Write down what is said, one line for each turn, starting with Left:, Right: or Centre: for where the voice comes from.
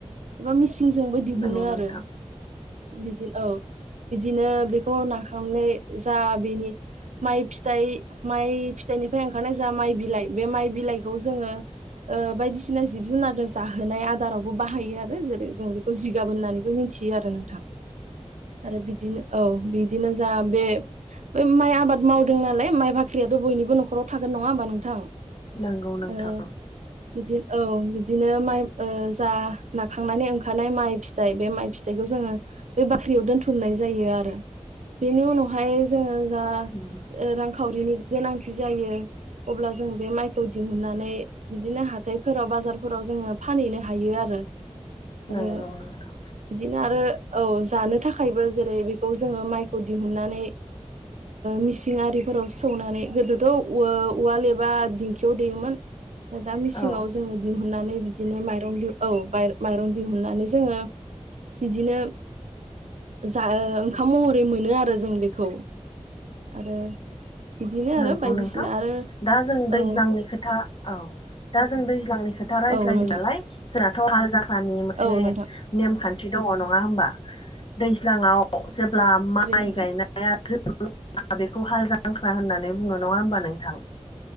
Right: एबा मिसिंजोंबो दिहुनो
Left: नंगौ नोंथां
Right: आरो बिदिनो औ बिदिनो बेखौ नाखांनाय जा बेनि मइ फिथाइ माइ फिथाइनिफ्राय ओंखारनाय जा माइ बिलाइ बे माइ बिलाइखौ जोङो ओ बायदिसिना जिब-जुनार जाहोनाय आदारावबो बाहायो आरो जेरै जों बेखौ जिगाब होननानै मिथियो आरो नोंथां आरो बिदिनो औ बि दिनो जा बे माइ आबाद मावदों नालाय माइ बाख्रियाथ' बयनिबो न'खराव थागोन नङा होमबा नोंथां
Left: नंगौ नोंथां
Right: ओ बिदि औ बिदिनो माइ ओ जा नाखांनानै ओंखारनाय माइ फिथाइ बे माइ फिथाइखौ जोङो बै बाख्रियाव दोनथुमनाय जायो आरो बेनि उनावहाय जोङो जा
Left: उम
Right: रांखावरिनि गोनांथि जायो। अब्ला जों बे माइखौ दिहुननानै बिदिनो हाथायफोराव बाजार फोराव जोङो फानहैनो हायो आरो
Left: नंगौ
Right: आरो
Left: नोंथां
Right: बिदिनो आरो औ जानो थाखायबो जेरै बेखौ जोङो माइखौ दिहुननानै मिसिं आरिफोराव सौनानै गोदोथ' उवाल एबा दिंखियाव देयोमोन दा मिसिंङाव
Left: औ
Right: जोङो दिहुन दिहुननानै बिदिनो माइरं दि औ माइरं दिहुननानै जोङो बिदिनो जा ओंखाम महरै मोनो आरो जों बेखौ आरो बिदिनो आरो
Left: नंगौ
Right: बायदिसिना
Left: नोंथां
Right: आरो
Left: दा जों दैज्लांनि
Right: औ
Left: खोथा औ दा जों दैज्लांनि खोथा रायज्लायदों
Right: औ नोंथां
Left: नालाय जोंनाथ' हाल जाखानि मोनसे
Right: औ नोंथां
Left: नेमखान्थि दङ नङा हबा दैज्लांङावव जेब्ला माइ
Right: ओरै नोंथां
Left: गायनाय जो बेखौ हाल जांख्रा होननानै बुङो नङा होमबा नोंथां